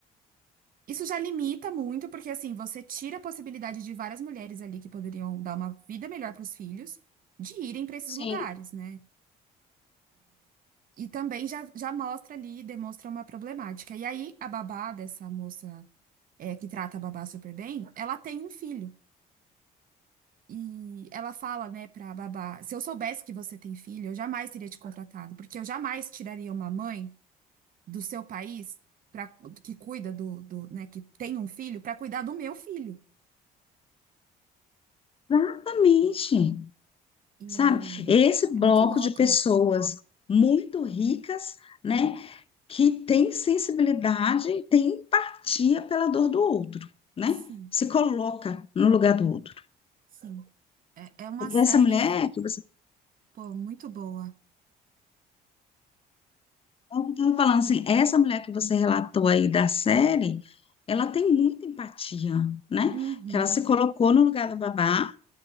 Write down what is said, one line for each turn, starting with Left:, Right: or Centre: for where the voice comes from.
Right: Isso já limita muito, porque assim, você tira a possibilidade de várias mulheres ali que poderiam dar uma vida melhor para os filhos de irem para esses
Left: Sim.
Right: lugares, né? E também já, já mostra ali, demonstra uma problemática. E aí a babá dessa moça é, que trata a babá super bem, ela tem um filho. E ela fala, né, pra babá, se eu soubesse que você tem filho, eu jamais teria te contratado, porque eu jamais tiraria uma mãe do seu país para que cuida do, do, né, que tem um filho para cuidar do meu filho.
Left: exatamente.
Right: E
Left: Sabe? Esse
Right: é
Left: bloco
Right: muito louco.
Left: de pessoas muito ricas, né? Que tem sensibilidade, tem empatia pela dor do outro, né?
Right: Sim,
Left: Se coloca no lugar do outro.
Right: sim. É, é uma série,
Left: Essa mulher que você
Right: pô, muito boa.
Left: É o que eu estava falando assim, essa mulher que você relatou aí da série, ela tem muita empatia, né?
Right: Uhum,
Left: Que ela se colocou no lugar da babá,